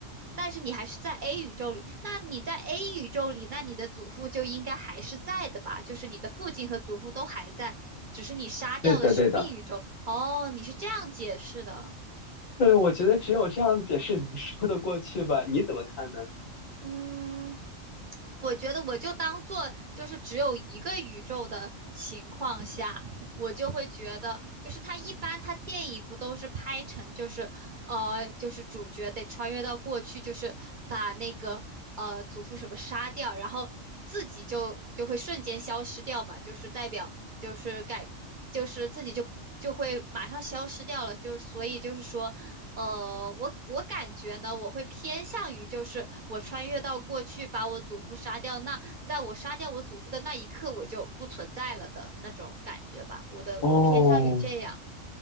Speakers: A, on the right; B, on the left.
A: 但是你还是在 A 宇宙里，那你在 A 宇宙里，那你的祖父就应该还是在的吧？就是你的父亲和祖父都还在，只是你杀掉的是
B: 对的，对的，
A: B 宇宙。哦，你是这样解释的。
B: 对，我觉得只有这样的解释能说得过去吧？你怎么看呢？
A: 嗯，我觉得我就当做就是只有一个宇宙的情况下，我就会觉得，就是他一般他电影不都是拍成就是呃就是主角得穿越到过去，就是把那个呃祖父什么杀掉，然后自己就就会瞬间消失掉嘛，就是代表就是改就是自己就。就会马上消失掉了，就所以就是说，呃，我我感觉呢，我会偏向于就是我穿越到过去把我祖父杀掉那，在我杀掉我祖父的那一刻，我就不存在了的那种感觉吧。我的，
B: 哦，
A: 我偏向于这样，